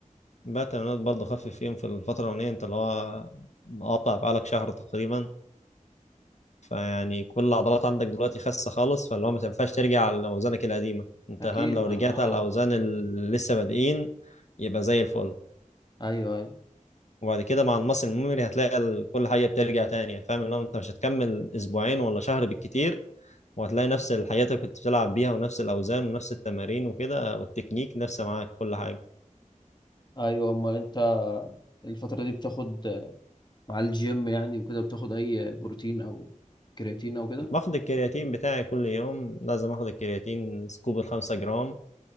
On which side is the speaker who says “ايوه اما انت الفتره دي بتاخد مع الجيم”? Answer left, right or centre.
Left